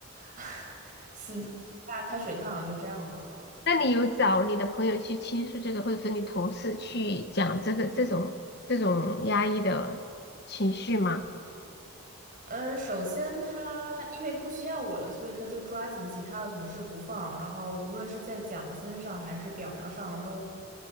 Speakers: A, on the right; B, on the left.
A: <laughs> 死猪不怕开水烫，就这样吧。
B: 那你有找你的朋友去倾诉这个，或者说你同事去讲这个这种这种压抑的情绪吗？
A: 嗯，首先他因为不需要我了，所以他就抓紧其他的同事不放，然后无论是在奖金上还是表扬上，都